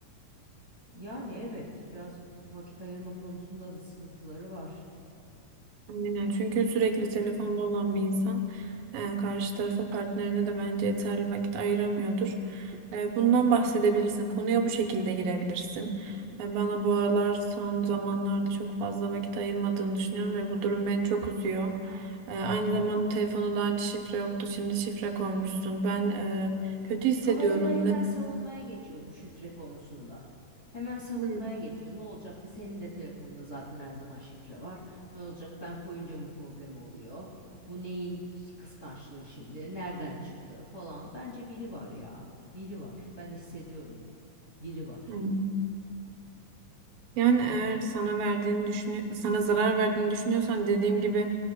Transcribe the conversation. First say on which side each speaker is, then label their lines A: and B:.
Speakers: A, on the left (about 25°); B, on the right (about 85°).
A: Yani evet birazcık vakit ayırma konusunda da sıkıntıları var.
B: Aynen. Çünkü sürekli telefonda olan bir insan e, karşı tarafa partnerine de bence yeterli vakit ayıramıyordur. E, bundan bahsedebilirsin. Konuya bu şekilde girebilirsin. E, bana bu aralar son zamanlarda çok fazla vakit ayırmadığını düşünüyorum ve bu durum beni çok üzüyor. E, aynı zamanda telefonu daha önce şifre yoktu. Şimdi şifre koymuşsun. Ben e, kötü hissediyorum.
A: Ama onda hemen
B: Ne?
A: savunmaya geçiyor bu şifre konusunda. Hemen savunmaya
B: Hı,
A: geçiyor. Ne olacak ki senin de telefonunda zaten her zaman şifre var. Ne olacak ben koyunca mı problem oluyor? Bu neyin kıskançlığı şimdi? Nereden çıktı falan. Bence biri var ya. Biri var. Ben hissediyorum. Biri var.
B: hı. Yani eğer sana verdiğini düşünü sana zarar verdiğini düşünüyorsan dediğim gibi